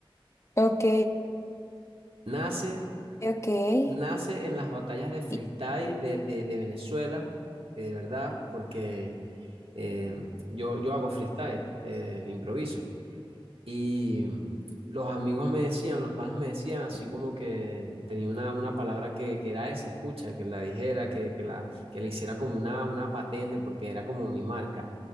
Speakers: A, on the left; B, on the right.
A: Ok,
B: Nace,
A: ok.
B: nace en las batallas de freestyle
A: y-
B: de, de, de Venezuela, eh, ¿verdad? Porque eh, yo, yo hago freestyle, eh, improviso. Y los amigos me decían, los panas me decían, así como que tenía una, una palabra que, que era esa, escucha, que la dijera, que, que la, que le hiciera como una, una patente, porque era como mi marca.